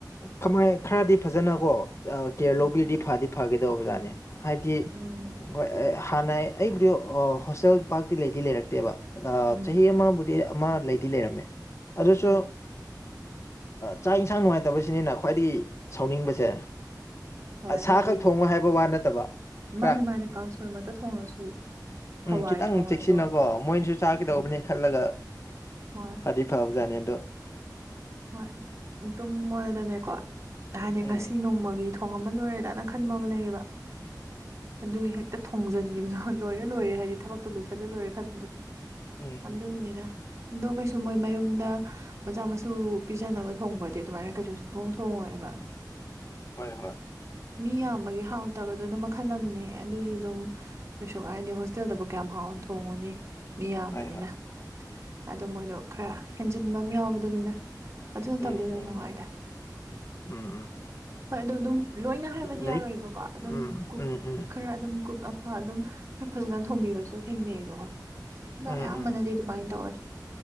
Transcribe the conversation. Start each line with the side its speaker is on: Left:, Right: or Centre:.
Left: ꯀꯃꯥꯏ ꯈꯔꯗꯤ ꯐꯖꯅ ꯀꯣ ꯀꯦꯌꯔ
Right: ꯎꯝ
Left: ꯂꯧꯕꯤꯔꯗꯤ ꯐꯗꯤ ꯐꯒꯦꯗꯧꯕ ꯑꯣꯖꯥꯠꯅꯤ ꯍꯥꯏꯕꯗꯤ ꯍꯣꯏ
Right: ꯎꯝ
Left: ꯍꯥꯟꯅ ꯑꯩꯕꯨꯗꯤ ꯍꯣꯁꯇꯦꯜ ꯄꯥꯔꯇꯤ ꯂꯩꯗꯤ ꯂꯩꯔꯛꯇꯦꯕ
Right: ꯎꯝ
Left: ꯆꯍꯤ ꯑꯃꯕꯨꯗꯤ ꯑꯃ ꯂꯩꯗꯤ ꯂꯩꯔꯝꯃꯦ ꯑꯗꯨꯁꯨ
Right: ꯎꯝ
Left: ꯆꯥꯛ ꯌꯦꯟꯁꯥꯡ ꯅꯨꯡꯉꯥꯏꯇꯕꯁꯤꯅꯤꯅ ꯈ꯭ꯋꯥꯏꯗꯒꯤ ꯁꯥꯎꯅꯤꯡꯕꯁꯦ
Right: ꯍꯣꯏ
Left: ꯁꯥ
Right: ꯍꯥꯏꯗꯤ
Left: ꯈꯛ ꯊꯣꯡꯉꯣ ꯍꯥꯏꯕ ꯋꯥ ꯅꯠꯇꯕ ꯈꯔ
Right: ꯃꯥꯅꯦ ꯃꯥꯅꯦ ꯀꯥꯡꯁꯜ ꯑꯃꯠꯇ ꯊꯣꯡꯉꯁꯨ ꯍꯋꯥꯏ
Left: ꯎꯝ ꯈꯤꯇꯪ
Right: ꯊꯣꯡꯉꯁꯨ
Left: ꯆꯦꯛꯁꯤꯟꯅꯀꯣ ꯃꯣꯏꯅꯁꯨ ꯆꯥꯒꯗꯧꯕꯅꯦ
Right: ꯎꯝ
Left: ꯈꯜꯂꯒ
Right: ꯍꯣꯏ
Left: ꯐꯗꯤ ꯐꯕꯖꯠꯅꯤ ꯑꯗꯨ
Right: ꯍꯣꯏ ꯑꯗꯨꯝ ꯑꯣꯏꯗꯅꯦꯀꯣ ꯍꯥꯏꯗꯤ
Left: ꯎꯝ
Right: ꯉꯁꯤ ꯅꯣꯡꯃꯒꯤ ꯊꯣꯡ ꯑꯃ ꯂꯣꯏꯔꯦꯗꯅ ꯈꯟꯕ ꯑꯃ ꯂꯩꯌꯦꯕ ꯑꯗꯨꯒꯤ ꯍꯦꯛꯇ ꯈꯣꯡꯖꯤꯟꯈꯤꯕ ꯂꯣꯏꯔꯦ ꯂꯣꯏꯔꯦ ꯍꯥꯏꯗꯤ ꯊꯕꯛꯇꯣ ꯂꯣꯏꯁꯤꯜꯂ ꯂꯣꯏꯔꯦ ꯈꯟꯕꯗꯣ
Left: ꯍꯣꯏ ꯍꯣꯏ ꯎꯝ
Right: ꯑꯗꯨꯒꯤꯅꯤꯅ
Left: ꯎꯝ
Right: ꯑꯗꯣ ꯀꯩꯁꯨ ꯃꯣꯏ ꯃꯌꯨꯝꯗ ꯃꯆꯥ ꯃꯁꯨ ꯁꯨ ꯄꯤꯖꯅꯕ ꯊꯣꯡꯕꯗꯤ ꯑꯗꯨꯃꯥꯏꯅ ꯀꯩꯁꯨ ꯊꯣꯡ ꯊꯣꯡꯉꯣꯏꯑꯕ
Left: ꯍꯣꯏ ꯍꯣꯏ
Right: ꯃꯤ ꯌꯥꯝꯕꯒꯤ ꯍꯥꯎꯇꯕꯗꯨꯅ ꯃꯈꯜ ꯑꯃꯅꯦ ꯑꯗꯨꯗꯤ ꯑꯗꯨꯝ ꯀꯩꯁꯨ ꯀꯥꯏꯗꯦ ꯍꯣꯁꯇꯦꯜꯗꯕꯨ ꯀꯌꯥꯝ ꯍꯥꯎꯅ ꯊꯣꯡꯉꯨꯅꯤ ꯃꯤ ꯌꯥꯝꯕꯅꯤꯅ
Left: ꯍꯣꯏ ꯍꯣꯏ
Right: ꯑꯗꯣ ꯃꯣꯏꯗꯣ ꯈꯔ ꯍꯦꯟꯖꯤꯟꯕ ꯑꯃ ꯌꯥꯎꯕꯗꯨꯅꯤꯗ ꯑꯗꯨ ꯅꯠꯇꯕꯗꯤ
Left: ꯎꯝ
Right: ꯂꯣꯏ
Left: ꯎꯝ
Right: ꯅꯨꯡꯉꯥꯏꯔꯗ
Left: ꯎꯝ ꯎꯝ
Right: ꯍꯣꯏ ꯑꯗꯣ ꯑꯗꯨꯝ ꯂꯣꯏꯅ ꯍꯥꯏꯕꯗꯤ
Left: ꯂꯥꯏꯔꯤꯛ
Right: ꯌꯥꯔꯣꯏꯑꯕꯀꯣ ꯑꯗꯨꯝ
Left: ꯎꯝ
Right: ꯀꯛ
Left: ꯎꯝ ꯎꯝ
Right: ꯈꯔ ꯑꯗꯨꯝ ꯀ ꯍ ꯑꯗꯨꯝ ꯈꯔ ꯐꯖꯅ ꯊꯣꯝꯕꯤꯕꯁꯨ ꯊꯦꯡꯅꯩꯑꯕꯀꯣ ꯑꯗꯣ
Left: ꯎꯝ ꯎꯝ
Right: ꯑꯌꯥꯝꯕꯅꯗꯤ ꯑꯗꯨꯃꯥꯏꯅ ꯇꯧꯋꯦ